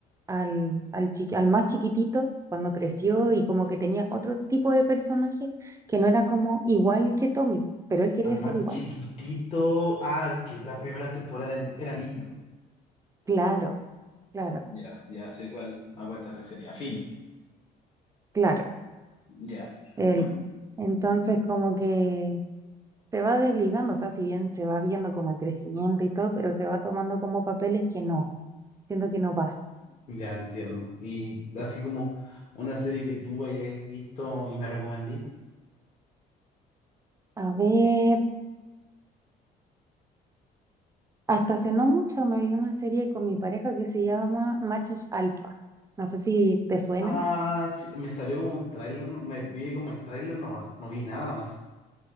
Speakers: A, on the right (about 20°); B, on the left (about 35°).
A: al, al, chiqui- al más chiquitito, cuando creció y como que tenía otro tipo de personaje que no era como igual que Tommy, pero él quería
B: Al más
A: ser igual.
B: chiquitito, ah, al que las primeras temporadas en- era niño.
A: Claro, claro,
B: Ya, ya sé cuál, a cuál te refería. Fin.
A: claro.
B: Ya.
A: Él.
B: Hmm.
A: Entonces, como que... se va desligando, o sea, si bien se va viendo como el crecimiento y todo, pero se va tomando como papeles que no, siento que no va.
B: Ya entiendo. Y así como una serie que tú hayáis visto y me recomendí.
A: A ver, hasta hace no mucho me vi una serie con mi pareja que se llama Machos Alfa. No sé si te suena.
B: Ah, sí, me salió como un tráiler, no- me vi como el tráiler nomás, no vi nada más.